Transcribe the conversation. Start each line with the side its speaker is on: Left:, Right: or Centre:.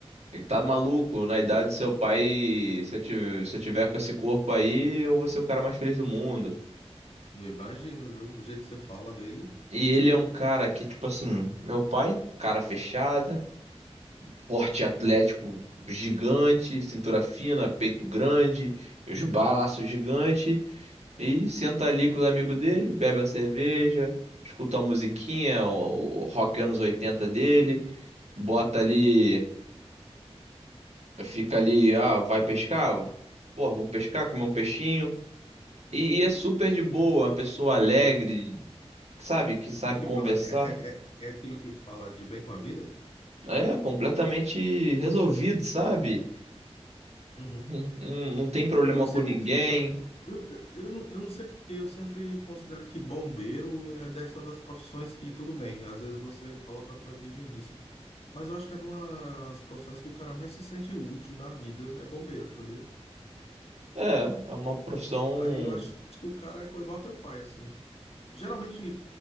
Right: Ele tá maluco, na idade do seu pai, se eu tiver, se eu tiver com esse corpo aí, eu vou ser o cara mais feliz do mundo.
Left: Eu imagino, viu? Do jeito que você fala dele,
Right: E ele é um cara que, tipo assim, meu pai, cara fechada, porte atlético gigante, cintura fina, peito grande, os balaços gigante, e senta ali com os amigos dele, bebe a cerveja, escuta a musiquinha, o o rock anos 80 dele, bota ali, fica ali, ah, vai pescar? Pô, vamos pescar, comer um peixinho. E, e é super de boa, uma pessoa alegre, sabe? Que sabe
Left: aquilo que
Right: conversar.
Left: fala é, é, é é aquilo que fala de bem com a vida?
Right: É completamente resolvido, sabe?
Left: Uhum.
Right: Não, não não tem problema
Left: Eu não
Right: com
Left: sei
Right: ninguém.
Left: por quê, cara. Eu, eu, não, eu não sei por quê. Eu sempre considero que bombeiro é, deve ser uma das profissões que tudo bem. Às vezes você coloca a tua vida em risco. Mas eu acho que é uma das profissões que o cara mais se sente útil na vida é bombeiro, sabia?
Right: É, é uma profissão.
Left: Aí eu acho que o cara é igual a teu pai, assim. Geralmente,